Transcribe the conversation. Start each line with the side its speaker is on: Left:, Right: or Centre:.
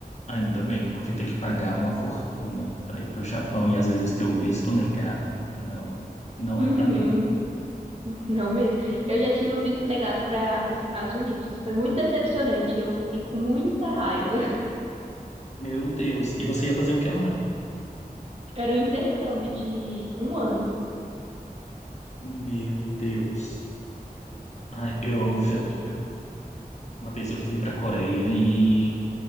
Left: ainda bem, porque ter que pagar uma fortuna para ir para o Japão e às vezes ter o visto negado, não, não
Right: Uhum,
Left: é para mim.
Right: não mesmo. Eu já tive o visto negado para os Estados Unidos. Foi muito decepcionante. Eu fiquei com muita raiva. <laughs>
Left: Meu Deus, e você ia fazer o que lá?
Right: Era um intercâmbio de um ano.
Left: Meu Deus. Ai, eu
Right: Pois é,
Left: já,
Right: eu tive.
Left: eu- uma vez eu quis ir para a Coreia e